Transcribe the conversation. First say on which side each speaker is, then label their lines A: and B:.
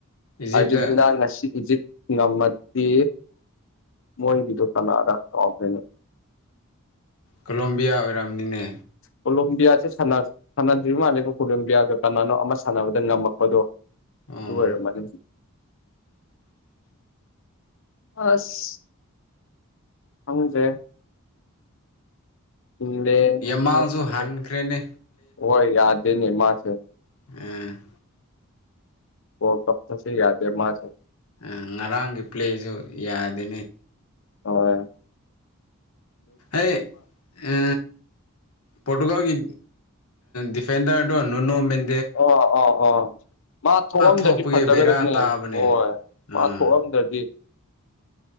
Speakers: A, on the left; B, on the left.
A: ꯏꯖꯤꯞꯇ
B: ꯑꯥꯔꯖꯦꯟꯇꯤꯅꯥ ꯉꯁꯤ ꯏꯖꯤꯞ ꯉꯝꯃꯗꯤ ꯃꯣꯏꯒꯤꯗꯣ ꯀꯅꯥꯔꯥ ꯀꯥꯎꯈ꯭ꯔꯦꯅꯦ
A: ꯀꯣꯂꯣꯝꯕꯤꯌꯥ ꯑꯣꯏꯔꯝꯅꯤꯅꯦ
B: ꯀꯣꯂꯣꯝꯕꯤꯌꯥꯁꯦ ꯁꯟꯅ ꯁꯥꯟꯅꯗ꯭ꯔꯤꯕ ꯃꯥꯜꯂꯦ ꯀꯣꯂꯣꯝꯕꯤꯌꯥꯒ ꯀꯅꯥꯅꯣ ꯑꯃ ꯁꯥꯟꯅꯕꯗ ꯉꯝꯃꯛꯄꯗꯣ
A: ꯑꯣ
B: ꯑꯗꯨ ꯑꯣꯏꯔꯝꯃꯅꯦ ꯖꯤ
A: <inaudible>
B: ꯑꯁ ꯈꯪꯗꯦ ꯏꯪꯂꯦꯟ
A: ꯌꯃꯥꯜꯁꯨ
B: ꯅꯠꯇ꯭ꯔꯒ
A: ꯍꯟꯈ꯭ꯔꯦꯅꯦ
B: ꯑꯣꯏ ꯌꯥꯗꯦꯅꯦ ꯃꯥꯁꯦ
A: ꯎꯝ
B: ꯋꯥꯔꯜ ꯀꯞꯇꯁꯨ ꯌꯥꯗꯦ ꯃꯥꯁꯦ
A: ꯑ ꯉꯔꯥꯡꯒꯤ ꯄ꯭ꯂꯦꯖꯨ ꯌꯥꯗꯦꯅꯦ
B: ꯍꯣꯢ
A: ꯑꯩ ꯑ ꯄꯣꯔꯇꯨꯒꯜꯒꯤ ꯗꯤꯐꯦꯟꯗꯔꯗꯣ ꯅꯣꯅꯣꯃꯤꯟ
B: ꯑꯣ ꯑꯣ ꯑꯣ ꯃꯥ ꯊꯣꯛꯑꯝꯗ꯭ꯔꯗꯤ
A: ꯊꯣꯛꯄꯒꯤ
B: ꯐꯖꯒꯗꯕꯅꯦ
A: ꯕꯦꯔꯥ ꯇꯥꯕꯅꯦ
B: ꯍꯣꯏ
A: ꯎꯝ
B: ꯃꯥ ꯊꯣꯛꯑꯝꯗ꯭ꯔꯗꯤ